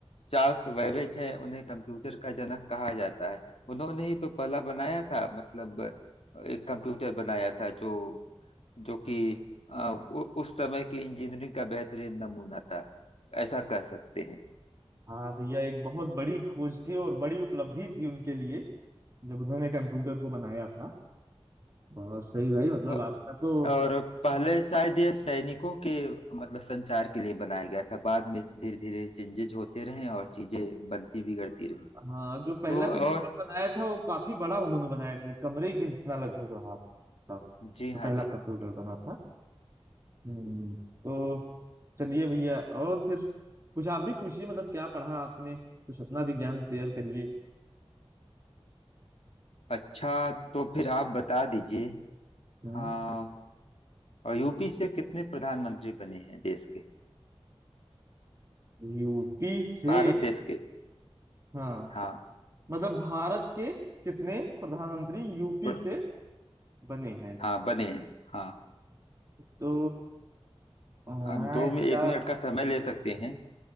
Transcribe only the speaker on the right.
हाँ भैया एक बहुत बड़ी खोज थी और बड़ी उपलब्धि थी उनके लिए जब उन्होंने कंप्यूटर को बनाया था बहुत सही भाई मतलब
आपका तो
हाँ जो पहला
कंप्यूटर
बनाया था वो काफी बड़ा उन्होंने बनाया था एक कमरे के जितना लगभग रहा था
जो
पहला
कंप्यूटर बना था हम्म तो चलिए भैया और फिर कुछ आप भी पूछिए मतलब क्या पढ़ा आपने कुछ अपना भी ज्ञान शेयर करिए
हम्म
यूपी से
हाँ
मतलब भारत के कितने प्रधानमंत्री यूपी
से बने हैं
तो हाँ
इसका